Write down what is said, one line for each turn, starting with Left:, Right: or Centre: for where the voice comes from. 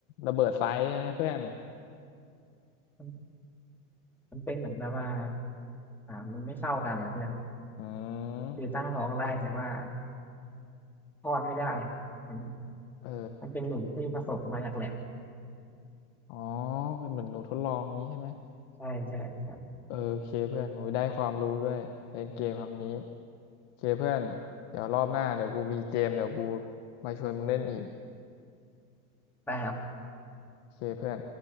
Left: ระเบิดไซส์ใช่ไหมเพื่อน
Centre: มันมันเป็นเหมือนแบบว่าอ่ามันไม่เข้ากันนะเพื่อน
Left: อืม
Centre: คือตั้งท้องได้แต่ว่าคลอดไม่ได้อะมัน
Left: เออ
Centre: มันเป็นหนูที่ผสมมาจากแลบ
Left: อ๋อเป็นเหมือนหนูทดลองนี้ใช่ไหม
Centre: ใช่ใช่ใช่
Left: เออโอเคเพื่อนหนูได้ความรู้ด้วยเล่นเกมครั้งนี้โอเคเพื่อนเดี๋ยวรอบหน้าเดี๋ยวกูมีเกมเดี๋ยวกูมาชวนมึงเล่นอีก
Centre: แต่
Left: โอเคเพื่อน